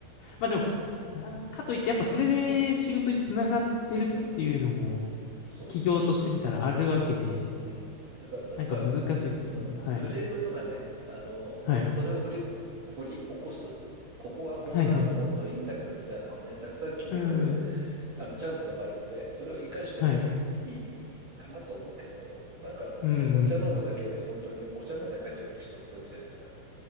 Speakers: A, on the left (about 80°); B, on the right (about 65°).
A: まあでも、な、かといって、やっぱそれで仕事につながってるっていうのも、
B: うん。そうそ
A: 企業としてみたらあるわけで、
B: う。うん。だからなんか、
A: なんか難しいですよね。
B: うん。
A: はい。
B: クレームとかね、あの、
A: はい。
B: それを掘り、掘り起こす。ここがこうなるともっといいんだけどみたいなのね、
A: はいはい。
B: たくさん聞いてくる
A: うん。
B: あの、チャンスでもあるんで、それを活かしてればいい、
A: はい。
B: いいかなと思うけど、なんかね、
A: うん、うん。
B: お茶飲むだけで本当にお茶飲んで帰ってくる人って多いじゃないですか。